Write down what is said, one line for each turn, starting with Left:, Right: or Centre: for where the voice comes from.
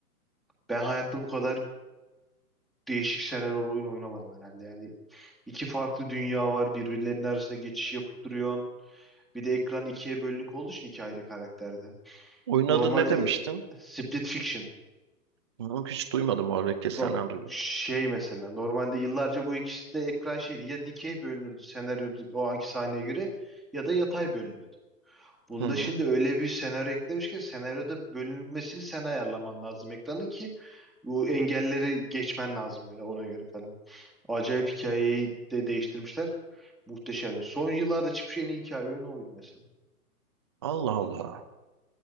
Centre: Ben hayatta bu kadar değişik senaryolu oyun oynamadım herhalde. Yani iki farklı dünya var. Birbirlerinin arasında geçiş yapıp duruyorsun. Bir de ekran ikiye bölünük olduğu için iki ayrı karakterde.
Right: Oyun
Centre: Normalde
Right: adı ne demiştin?
Centre: e, Split Fiction.
Right: Yok, hiç duymadım oradaki senden
Centre: Bak
Right: duydum.
Centre: şey mesela normalde yıllarca bu ikisi de ekran şeydi. Ya dikey bölünürdü senaryo o anki sahneye göre ya da yatay bölünüyordu. Bunda
Right: Hı hı.
Centre: şimdi öyle bir senaryo eklemiş ki senaryoda bölünmesini sen ayarlaman lazım ekranı ki bu engelleri geçmen lazım öyle ona göre falan. Acayip hikayeyi de değiştirmişler. Muhteşem. Son yıllarda çıkmış en iyi hikaye oyunu oydu mesela.
Right: Allah Allah.